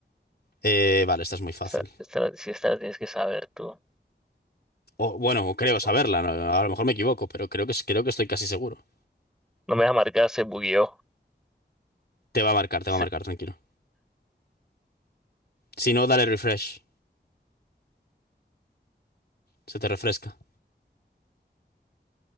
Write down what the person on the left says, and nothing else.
Eh, vale, esta es muy fácil.
O, bueno, creo saberla,
¿no? A lo mejor me equivoco, pero creo que, creo que estoy casi seguro.
Te va a marcar, te
va a marcar, tranquilo. Si no, dale refresh. Se te refresca.